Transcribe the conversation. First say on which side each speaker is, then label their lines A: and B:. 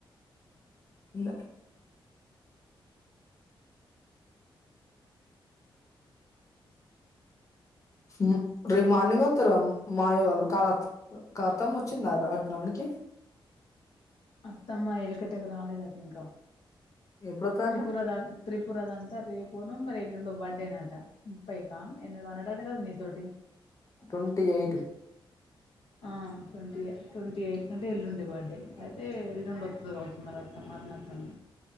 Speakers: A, on the left (about 35°); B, on the left (about 75°).
A: ఉ ఊ రేపు మార్నింగ్ ఒత్తరు మాయవాళ్ళు కాళత్తిక్ అత్తమ్మ వచ్చిందా అట్న్ రావనికి.
B: అత్తమ్మా ఎలుకటకు రాలేదట ఇంకా
A: ఎప్పుడొత్తదంట
B: త్రిపుర ద త్రిపుర దంట రేపునో మరి ఎల్లుండో బర్డే నటా. ముప్పైకా ఎన్నడో అన్నడట కదా నీతోటి.
A: ట్వంటీ ఎయిట్
B: ఆ ట్వంటీయే ట్వంటీ ఎయిత్ అంటే ఎల్లుండి బర్డే. అయితే <unintelligible> వత్తది గావచ్చు మరి అత్తమర్ణత్తమ్